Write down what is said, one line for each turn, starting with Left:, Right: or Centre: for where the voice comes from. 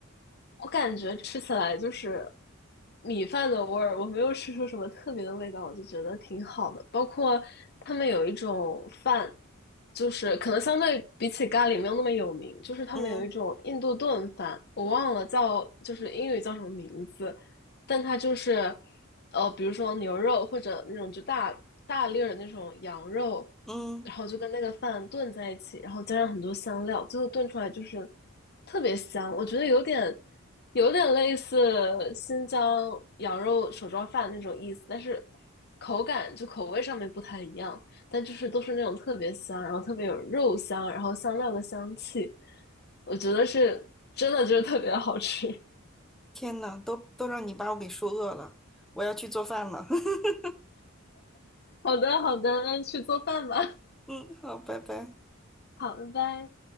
Left: 我感觉吃起来就是米饭的味儿，我没有吃出什么特别的味道，我就觉得挺好的。包括他们有一种饭，就是可能相对比起咖喱没有那么有名，就是他们有一种印度炖饭，
Centre: 嗯
Left: 我忘了叫，就是英语叫什么名字，但它就是呃，比如说牛肉或者那种就大大粒儿的那种羊肉，
Centre: 嗯，
Left: 然后就跟那个饭炖在一起，然后加上很多香料，最后炖出来就是特别香，我觉得有点。有点类似新疆羊肉手抓饭那种意思，但是口感就口味上面不太一样，但就是都是那种特别香，然后特别有肉香，然后香料的香气，我觉得是真的就是特别好吃。<laughs>
Centre: 天呐，都都让你把我给说饿了，我要去做饭了。<laughs>
Left: 好的，好的，那去做饭吧。
Centre: 嗯，好，拜拜。
Left: <laughs> 好，拜拜。